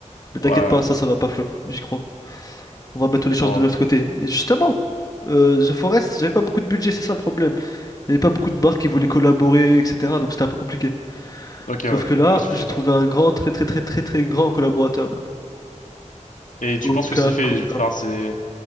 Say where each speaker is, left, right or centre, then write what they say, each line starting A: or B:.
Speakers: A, on the left; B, on the left.
A: Mais t'inquiète
B: Ouais,
A: pas,
B: ouais.
A: ça, ça va pas flop, j'y crois. On va mettre toutes les chances
B: Bon,
A: de
B: attends.
A: notre côté. Et justement, euh, The Forest, j'avais pas beaucoup de budget, c'est ça le problème. Il y avait pas beaucoup de marques qui voulaient collaborer, etc. Donc c'était un peu compliqué.
B: Ok,
A: Sauf
B: ouais,
A: que là,
B: je vois ce que
A: j'ai
B: je veux dire.
A: trouvé un grand, très, très, très, très, très grand collaborateur même.
B: Et tu
A: Coca-Cola
B: penses que c'est fait... Enfin, c'est...